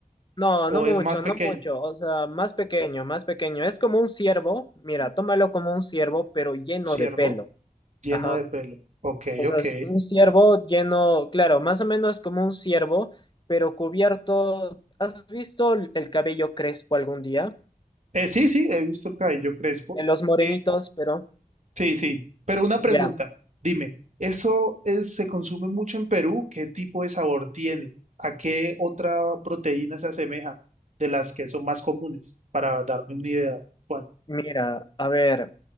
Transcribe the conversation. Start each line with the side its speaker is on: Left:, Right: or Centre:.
Left: no,
Right: ¿O
Left: no mucho,
Right: es más pequeño?
Left: no mucho, o sea, más pequeño, más pequeño, es como un ciervo, mira, tómalo como un ciervo, pero lleno
Right: Ciervo,
Left: de pelo,
Right: lleno
Left: ajá.
Right: de pelo. Ok,
Left: O sea,
Right: ok.
Left: es un ciervo lleno, claro, más o menos como un ciervo, pero cubierto. ¿Has visto el cabello crespo algún día?
Right: Eh, sí, sí, he visto el cabello crespo.
Left: De los morenitos,
Right: Eh,
Left: pero
Right: Sí, sí, pero una pregunta,
Left: ya.
Right: dime, ¿eso es- se consume mucho en Perú? ¿Qué tipo de sabor tiene? ¿A qué otra proteína se asemeja de las que son más comunes? Para darme una idea, Juan,
Left: Mira, a ver,